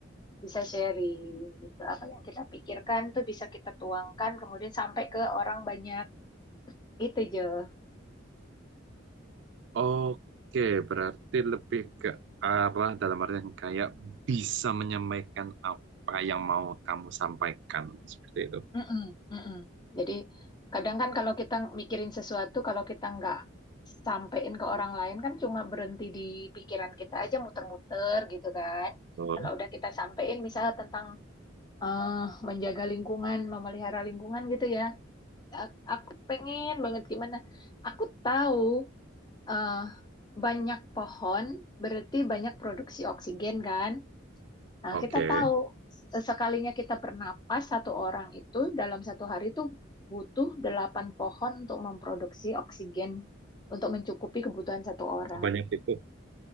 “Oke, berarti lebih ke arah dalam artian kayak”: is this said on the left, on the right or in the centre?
Right